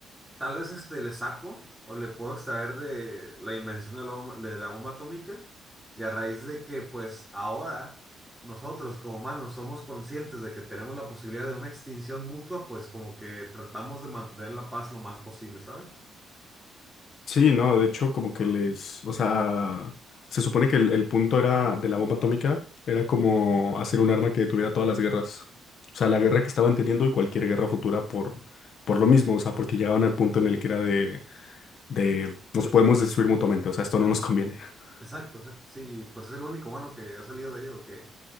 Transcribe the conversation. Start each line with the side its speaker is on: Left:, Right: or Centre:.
Centre: Tal vez este, le saco o le puedo extraer de la invención de la, bomba de la bomba atómica y a raíz de que pues ahora nosotros como humanos somos conscientes de que tenemos la posibilidad de una extinción mutua, pues como que tratamos de mantener la paz lo más posible, ¿sabes?
Left: Sí, no, de hecho, como que les, o sea, se supone que el, el punto era de la bomba atómica, era como hacer un arma que detuviera todas las guerras. O sea, la guerra
Centre: Sí.
Left: que estaban teniendo y cualquier guerra futura por, por lo mismo, o sea, porque llegaban al punto en el que era de, de nos podemos destruir mutuamente, o sea, esto no nos conviene. <laughs>
Centre: Exacto, exacto. Sí, y, pues es lo único bueno que ha salido de ello, que